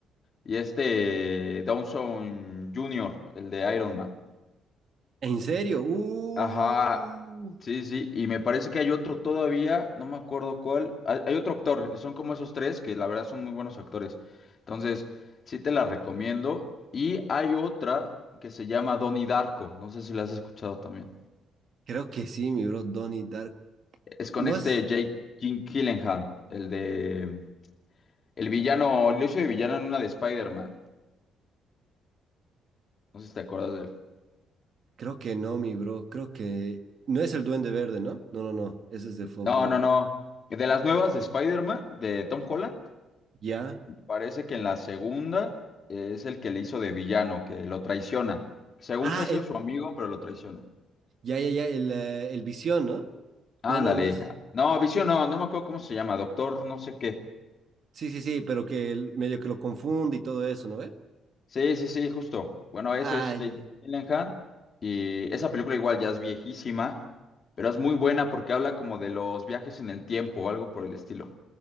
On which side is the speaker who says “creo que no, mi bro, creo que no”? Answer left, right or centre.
Right